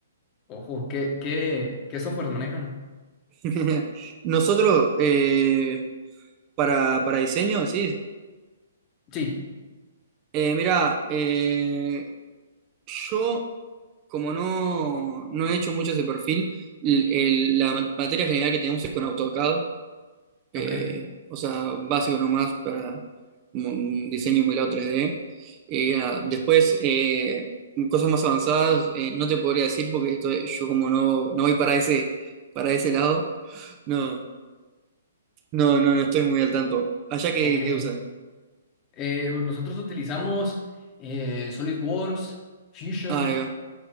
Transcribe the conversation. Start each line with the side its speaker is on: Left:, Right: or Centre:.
Left: ojo, ¿qué, qué, qué software manejan?
Right: <laughs> Nosotros, eh, para, para diseño, sí.
Left: Sí,
Right: Eh, mira, eh, yo, como no, no he hecho mucho ese perfil, l- el- la ma- materia general que tenemos es con AutoCAD, eh,
Left: ok,
Right: o sea, básico nomás para un un diseño emulado 3D. Eh, ah, después, eh, cosas más avanzadas, eh, no te podría decir porque estoy- yo como no, no voy para ese, para ese lado, no, no, no, no estoy muy al tanto. Allá que,
Left: ok.
Right: que usa.
Left: Eh, nosotros utilizamos eh, SolidWorks, Fusion.
Right: Ah, ahí va,